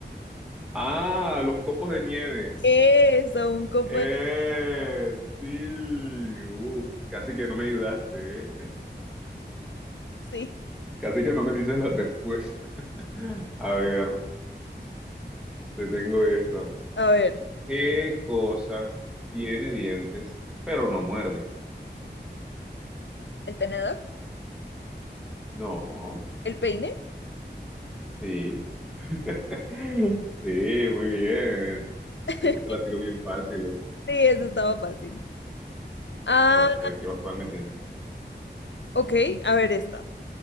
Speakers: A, in the centre; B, on the left (about 85°).
A: Ah, los copos de nieve.
B: <laughs> eso, un copo
A: Eh,
B: de...
A: sí. Uf, casi que no me ayudaste, ¿eh?
B: Sí,
A: Casi que no me dices la respuesta. <laughs> A ver, te tengo esta.
B: a ver,
A: ¿Qué cosa tiene dientes, pero no muerde?
B: el tenedor,
A: No,
B: el peine.
A: sí. <laughs> Sí, muy bien.
B: <laughs>
A: Ahí yo te la tiro bien fácil. eh.
B: Sí, eso estaba fácil. Ah,
A: A ver, ¿qué- ¿cuál me tienes?
B: ok, a ver esta.